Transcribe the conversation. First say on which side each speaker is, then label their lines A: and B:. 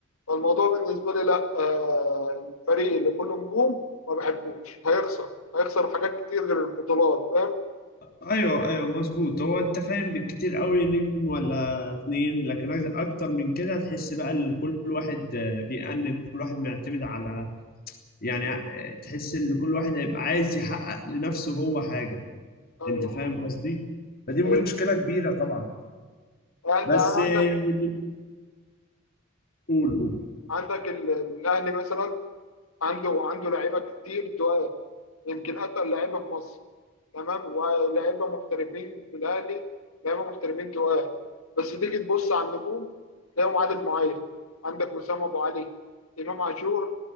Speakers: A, on the left; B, on the left.
A: فالموضوع بالنسبه لي لا آه، الفريق اللي كله نجوم ما بحبوش هيخسر هيخسر حاجات كتير غير البطولات فاهم
B: ايوه ايوه مظبوط هو انت فاهم بالكتير قوي نجم ولا اتنين لكن أك- اكتر من كده هتحس بقى ان كل واحد آه، بيأنن كل واحد معتمد على يعني آه، تحس ان كل واحد هيبقى عايز يحقق لنفسه هو حاجة
A: ايوه
B: انت فاهم
A: اه
B: قصدي؟ فدي مشكلة
A: ايوه
B: كبيرة طبعا
A: آه،
B: بس
A: ده انا
B: آه،
A: عندك
B: يعني بي- قول قول
A: عندك ال- الاهلي مثلا عنده عنده لعيبه كتير تقال يمكن اتقل لعيبه في مصر تمام ولاعيبه محترفين في الاهلي لعيبه محترفين تقال بس تيجي تبص على النجوم تلاقيهم عدد معين عندك وسام ابو علي امام عاشور